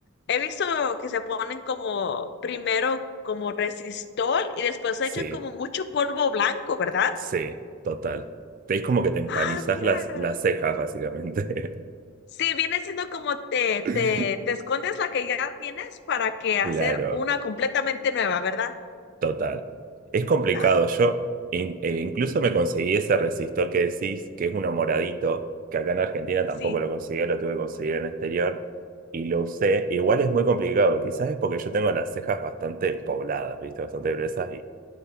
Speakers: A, on the left; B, on the right.
A: he visto que se ponen como primero como resistol y después se
B: Sí.
A: echan como mucho polvo blanco, ¿verdad?
B: Sí, total. Te es como que te empanizás
A: Ah, mira.
B: las, las cejas, básicamente.
A: Sí, viene siendo como te,
B: <laughs>
A: te, te escondes la que ya tienes para que hacer
B: Claro,
A: una completamente nueva, ¿verdad?
B: total. Es complicado.
A: Ah,
B: Yo in- eh, incluso me conseguí ese resistor que decís, que es uno moradito, que acá en Argentina tampoco
A: sí.
B: lo conseguía, lo tuve que conseguir en el exterior, y lo usé. Igual es muy complicado. Quizás es porque yo tengo las cejas bastante pobladas, ¿viste? Bastante gruesas